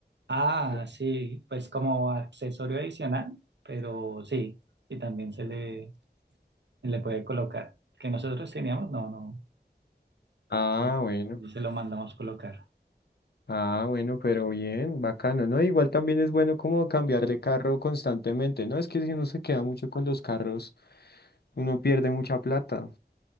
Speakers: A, on the right (about 85°); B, on the left (about 65°).
A: Ah,
B: Sí.
A: sí, pues como accesorio adicional, pero sí, y también se le, se le puede colocar. Que nosotros teníamos, no, no,
B: Ah,
A: no,
B: bueno.
A: no se lo mandamos colocar.
B: Ah, bueno, pero bien, bacano, ¿no? Igual también es bueno como cambiar de carro constantemente, ¿no? Es que si uno se queda mucho con los carros, uno pierde mucha plata.